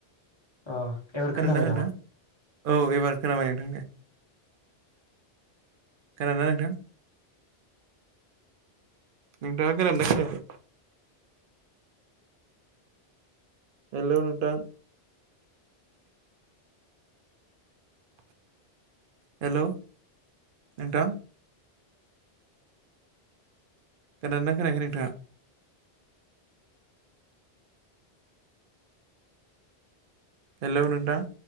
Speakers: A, on the left; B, on the right.
A: अ एबार
B: खोनादोंना
A: खोनाबाय
B: नोंथां
A: नामा
B: औ एबार खोनाबाय नोंथां दे खोनादों ना नोंथां नोंथाङा खोनादों ना खोनायाखै हेल' नोंथां हेल' नोंथां खोनादोंना खोनायाखै नोंथाङा हेल नोंथां